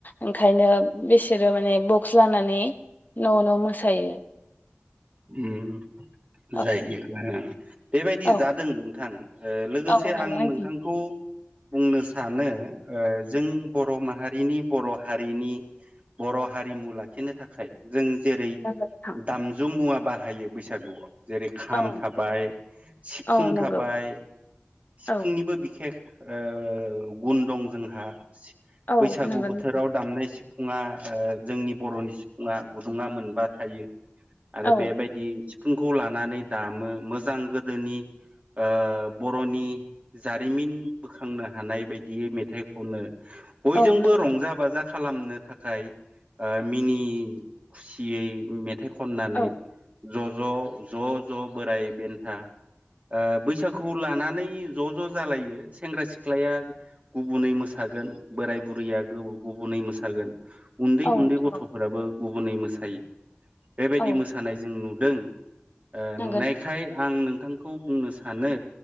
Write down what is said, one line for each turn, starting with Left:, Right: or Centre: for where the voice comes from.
Left: ओंखायनो बिसोरो माने बक्स लानानै न' न' मोसायो।
Right: उम
Left: <inaudible>
Right: जायो अ बेबायदि
Left: औ
Right: जादों नोंथां ओ लोगोसे
Left: औ नंगौ
Right: आं
Left: आंथि
Right: नोंथांखौ बुंनो सानो अ जों बर' माहा- नि बर' हारिनि बर' हारिमु लाखिनो थाखाय जों जेरै
Left: नंगौ नोंथां
Right: दामजु मुवा बाहायो बैसागुआव जेरै खाम
Left: औ
Right: थाबाय सिफुं
Left: औ नंगौ
Right: थाबाय सिफुंनिबो
Left: औ
Right: बिखेख ओ गुन दं जोंहा
Left: औ
Right: बैसागु
Left: नंगौ
Right: बोथोराव
Left: नोंथां
Right: दामनाय सि फुङा जोंनि बर'नि सिफुङा गुदुङा मोनबा थायो आरो
Left: औ
Right: बेबायदि सिफुंखौ लानानै दामो मोजां गोदोनि ओ बर'नि जारिमिन बोखांनो हानाय बायदियै मेथाइ खननो बयजोंबो
Left: औ नंगौ
Right: रंजा बाजा खालामनो थाखाय ओ मिनि खुसियै मेथाइ खन
Left: औ
Right: ज'-ज' ज'-ज' बोराय बेन्था ओ बैसागुखौ लानानै ज' - ज' जालायो सेंग्रा- सिख्लाया गुबुनै मोसा गोन बोराय- बुरैया गुबुनै मोसागोन उन्दै-उन्दै
Left: औ नंगौ
Right: गथ'फोराबो गुबुनै मोसायो बेबायदि
Left: औ
Right: मोसा नुदों ओ
Left: नंगौ
Right: नुनायखाय आं नों थांखौ बुंनो सानो